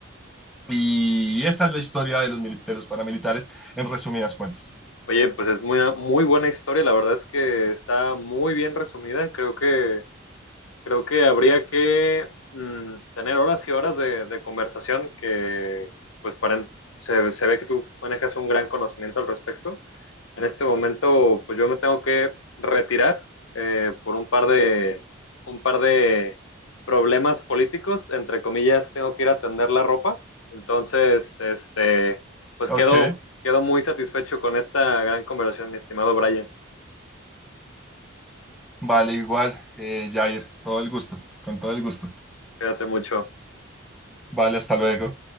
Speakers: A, in the centre; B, on the left.
A: Y esa es la historia de los, mili- de los paramilitares en resumidas cuentas.
B: Oye, pues es muy, muy buena historia. La verdad es que está muy bien resumida. Creo que, creo que habría que mm, tener horas y horas de, de conversación que, pues, para, se, se ve que tú manejas un gran conocimiento al respecto. En este momento, pues yo me tengo que retirar eh, por un par de, un par de problemas políticos, entre comillas, tengo que ir a tender la ropa. Entonces, este, pues
A: Ok,
B: quedo, quedo muy satisfecho con esta gran conversación, mi estimado Brian.
A: vale, igual, eh, Jair, todo el gusto, con todo el gusto.
B: Quédate mucho.
A: Vale, hasta luego.